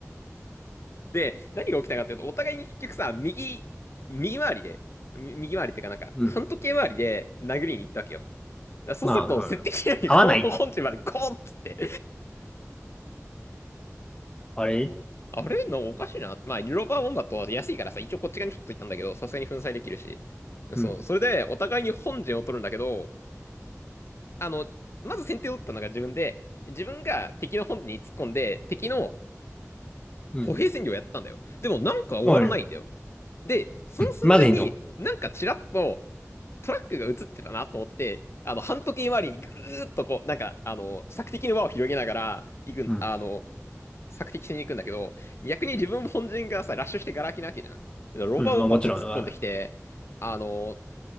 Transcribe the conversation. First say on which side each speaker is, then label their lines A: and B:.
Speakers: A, on the left; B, on the left.
A: で、何が起きたかっていうと、お互いに結局さ、右、右回りで、み右回りっていうかなんか、
B: うん。
A: 反時計回りで殴りに行ったわけよ。だからそうすると、
B: まあ、はい合わない。
A: 設定機能にこの本陣までゴーンっつって、
B: あれ
A: <laughs> あれのおかしいな。まあ、ニューロバーボンだと安いからさ、一応こっち側にちょっと行ったんだけど、さすがに粉砕できるし。
B: うん。
A: そう、それで、お互いに本陣を取るんだけど、あの、まず先手を打ったのが自分で、自分が敵の本陣に突っ込んで、敵の
B: うん。
A: 歩兵戦略をやったんだよ。でもなんか終わらないんだよ。
B: おい、
A: で、その寸前に、
B: まだいいの
A: なんかちらっと、トラックが映ってたなと思って、あの、半時計回りにぐるーっとこう、なんか、あの、索敵の輪を広げながら、行くん、
B: うん。
A: あの、索敵しに行くんだけど、逆に自分本陣がさ、ラッシュしてガラ空きなわけじゃん。ロバーボンバット突っ込んできて、
B: うん、まあもちろん。あ、は
A: あの、